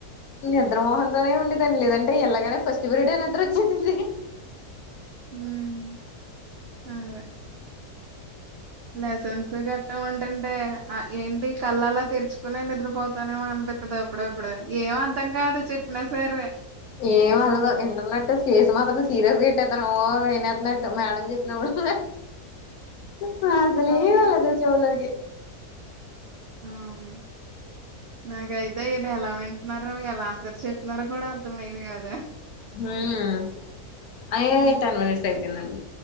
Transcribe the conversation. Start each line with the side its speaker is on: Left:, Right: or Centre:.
Left: ని ద్రమోహమ్ తోనే ఉండేదన్నీ లేదంటే ఎల్లగానే ఫస్ట్ పిరడే నిద్ర వచ్చేసేది
Right: హ్మ్ అదే లసెన్స్ గట్టా ఉంటుంటే ఆ ఏంటి కళ్లు అలా తెరుచుకునే నిద్రపోతానేమో అన్పిత్తది అప్పుడప్పుడు ఏం అర్ధం కాదు చెప్ న సరే
Left: ఏం ఎల్లదు
Right: హ్మ్.
Left: ఇంటునట్టే ఫేస్ మాత్రం సీరియస్గా ఎట్టెతను ఓ వినే న్నట్టు మేడం చెప్పినప్పుడల్లా క్లాసులే
Right: అవును.
Left: వెళ్ళదు చెవులోకి
Right: అవును నాకైతే ఇదెలా వింటున్నారో ఎలా ఆన్సర్ చెత్నారో కూడా అర్థమయ్యేదిగాద
Left: హ్మ్ అయ్యో
Right: హ్మ్
Left: టెన్ మినిట్స్ అయిపోయిందండి.